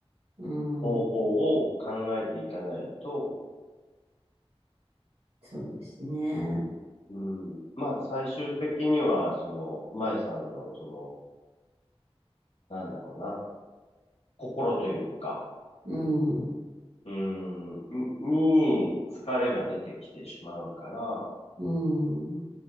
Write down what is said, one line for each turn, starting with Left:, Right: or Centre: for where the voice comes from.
Right: う
Left: 方法を考えていかないと、
Right: ん、そうですね。
Left: うん、まあ、最終的には、その、舞さんの、その、なんだろうな、心というか、
Right: うん、
Left: うーん、に疲れが出てきてしまうから、
Right: うん、